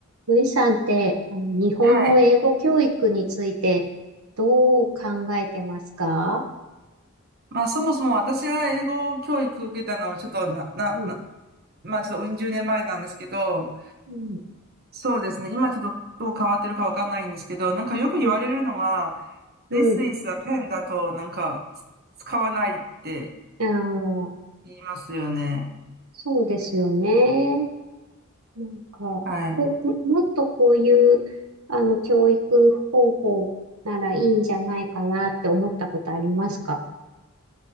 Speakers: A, on the right; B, on the right.
A: ルイさんって、あの、日本の英語教育についてどう考えてますか
B: はい。まあ、そもそも私が英語教育受けたのは、ちょっとな、な、
A: うん、
B: な、まあ、ちょっとうん十年前なんですけど、
A: うん、
B: そうですね。今ちょっとどう変わってるかわかんないんですけど、なんかよく言われるのは、
A: うん、うん。
B: This is a pen だと、なんか、つ使わないって
A: あー
B: 言いますよね。
A: そうですよね。なんか、
B: はい。
A: こ、ももっとこういう、あの、教育方法ならいいんじゃないかなって思ったことありますか